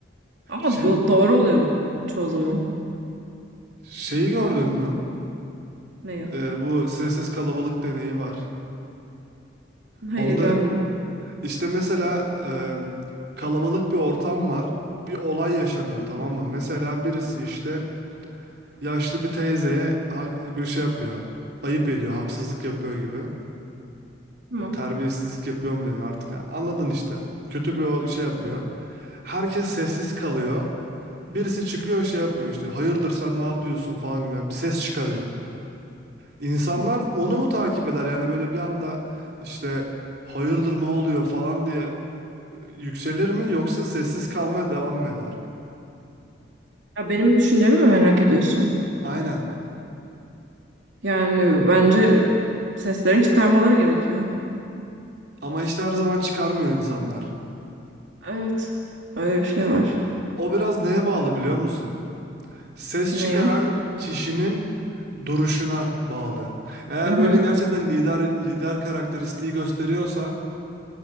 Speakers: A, on the right; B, on the right.
A: Ama
B: Şey
A: do- doğru oluyor çoğu zaman.
B: şeyi gördün mü?
A: Neyi?
B: Ee, bu sessiz kalabalık deneyi var.
A: Hayır
B: Onda
A: görmedim.
B: İşte mesela e, kalabalık bir ortam var. Bir olay yaşanıyor
A: Hı
B: tamam
A: hı.
B: mı? Mesela birisi işte yaşlı bir teyzeye ha- bir şey yapıyor. Ayıp ediyor, haksızlık yapıyor gibi.
A: Tamam.
B: Terbiyesizlik yapıyor mu deniyor artık. Ha, Anladın işte. Kötü bir o- şey yapıyor.
A: Hı
B: Herkes sessiz kalıyor. Birisi çıkıyor şey yapıyor işte hayırdır sen ne yapıyorsun falan gibi yani bir ses çıkarıyor. İnsanlar
A: hı.
B: onu mu takip eder yani böyle bir anda işte hayırdır ne oluyor falan diye Yükselir mi yoksa sessiz kalmaya devam mı eder?
A: Ya benim düşüncemi mi merak ediyorsun?
B: Aynen.
A: Yani bence seslerini çıkarmaları gerekiyor.
B: Ama işte her zaman çıkarmıyor insanlar.
A: Evet. Öyle bir şey var.
B: O biraz neye bağlı biliyor musun? Ses
A: Ne
B: çıkaran
A: ya?
B: kişinin duruşuna bağlı. Eğer
A: Hı hı.
B: böyle gerçekten lider lider karakteristiği gösteriyorsa